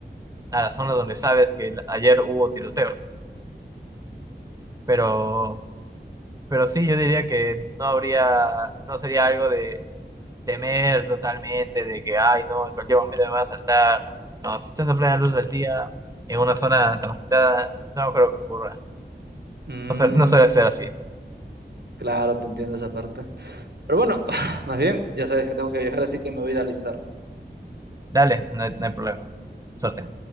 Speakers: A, on the right (about 20°); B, on the right (about 65°).
A: a la zona donde sabes que la- ayer hubo tiroteo, pero Pero sí, yo diría que no habría, no sería algo de temer totalmente, de que, ay, no, en cualquier momento me va a saltar. No, si estás a plena luz del día, en una zona transitada, no creo que ocurra.
B: Mm,
A: No, suel- no suele ser así.
B: claro, te entiendo esa parte. Pero bueno, <sighs> más bien, ya sabes que tengo que viajar, así que me voy a ir a alistar.
A: Dale, no hay, no hay problema. Suerte.